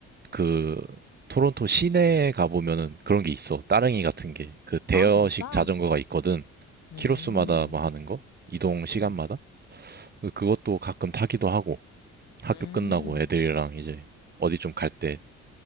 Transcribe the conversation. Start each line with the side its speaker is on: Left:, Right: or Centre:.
Right: 그 토론토 시내에 가보면은 그런 게 있어. 따릉이 같은 게. 그 대여식
Left: 아, 진짜?
Right: 자전거가 있거든.
Left: 음,
Right: 키로수마다 뭐 하는 거? 이동 시간마다?
Left: 음,
Right: 그것도 가끔 타기도 하고, 학교
Left: 음,
Right: 끝나고 애들이랑 이제 어디 좀갈때